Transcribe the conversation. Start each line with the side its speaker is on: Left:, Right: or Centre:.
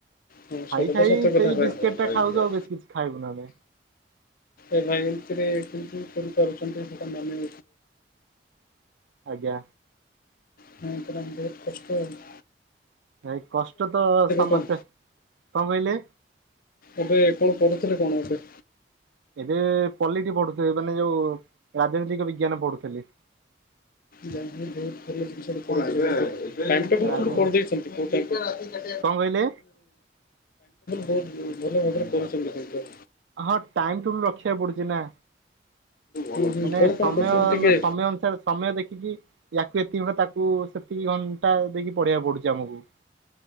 Left: ହଁ ସେଇଟା
Right: ଖାଇ ଖାଇ
Left: ତ ସତ କଥା
Right: ସେଇ
Left: ଭାଇ।
Right: ବିସ୍କେଟ
Left: ହଉ
Right: ଟା
Left: ରହିଲି
Right: ଖାଉଛୁ
Left: ଆଁ।
Right: ଆଉ ବେଶୀ କିଛି ଖାଇବୁ ନୁ ଆମେ।
Left: ଏ ଭାଇ ଏମିତିରେ କିମ ରୟକରିପାରୁଏଛନ୍ତି ସେଟା ମାନ
Right: ଆଜ୍ଞା।
Left: ହଁ ଏତରେତେ ବହୁତ କଷ୍ଟ। ମୁଁ
Right: ଭାଇ କଷ୍ଟ ତ ସମସ୍ତେ
Left: କଣ
Right: କଣ କହିଲେ?
Left: ଏବେ କଣ ପଢୁଥିଲ କଣ ଆମ।
Right: ଏବେ ପଲଟି ପଢୁଥିବେ ମାନେ ଯଉ ରାଜନୈତିକ ବିଜ୍ଞାନ ପଢୁଥେଲି।
Left: ଯା ହଉ ବହୁତ୍ ଭଲ ଜିନିଷ ଟେ ପଳେଇ ଆସିଲା। ସାଇଣ୍ଟି ଫୁଲ
Right: ରାଜନ
Left: ଗୋଟେ କରିଦେଇଛନ୍ତି ଗୋଟେ ହଁ ସାଇଣ୍ଟି
Right: କଣ କହିଲେ
Left: ଫୁଲ୍। ଭଲ ଭାବରେ କରୁଛନ୍ତି ପଇସା।
Right: ହଁ ଟାଇମ୍ ଟୁବଲ ରଖିବାକୁ ପଡୁଛି ନା।
Left: ହୁଁ ହୁଁ
Right: ମାନେ
Left: କଣ
Right: ସମୟ
Left: କଣ କରୁଛନ୍ତି ଟିକେ
Right: ନ ସମୟ ଅନୁସାରେ ସମୟ ଦେଖିକି ୟାକୁ ଏତିିକି ଘଣ୍ଟା ତାକୁ କୁ ସେତିକି ଘଣ୍ଟା ଦେଇକି ପଢେଇବାକୁ ପଡୁଚି ଆମକୁ।